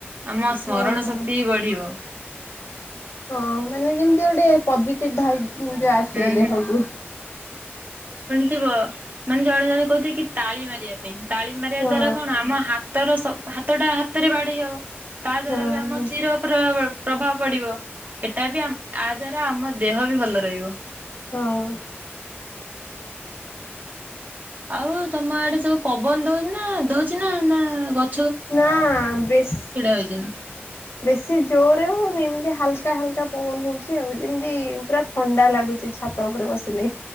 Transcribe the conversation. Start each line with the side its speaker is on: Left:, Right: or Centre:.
Right: ଆମ ସ୍ମରଣ
Left: ହଁ
Right: ଶକ୍ତି ବଢିବ
Left: ହଁ ମାନେ ଯେମିତି ଗୋଟେ ପଜିଟିଭ ଭା ମୁଁ ଯୋଉ ଆସିବ
Right: ହୁଁ
Left: ଦେହକୁ।
Right: ଥିବ ମାନେ ଜଣେ ଜଣେ କହୁଥିଲେ କି ତାଳି ମାରିବା ପାଇଁ ତାଳି ମାରିବା
Left: ହଁ
Right: ଦ୍ଵାରା କଣ ଆମ ହାତ ହାତର ସ ହାତଟା ହାତରେ ବାଢେଇ ହବ ତା
Left: ହଁ
Right: ଦ୍ଵାରା ବି ଆମ ଶୀର ପ୍ର ପ୍ରଭାବ ପଡିବ ଏଟା ବି ଆ ଦ୍ଵାରା ଆମ ଦେହ ବି ଭଲ ରହିବ।
Left: ହଁ।
Right: ଆଉ ତମ ଆଡେ ସବୁ ପବନ ଦଉ ନା ଦଉଛି ନା ନା ଗ
Left: ନା ବେଶ
Right: ହୋଇଛନ୍ତି।
Left: ବେଶି ଜୋରରେ ହଉନି ଏମିତି ହା ହାଲକା ହାଲକା ପବନ ହଉଛି ଆଉ ଯେମିତି ପୁରା ଥଣ୍ଡା ଲାଗୁଛି ଛାତ ଉପରେ ବସିଲେ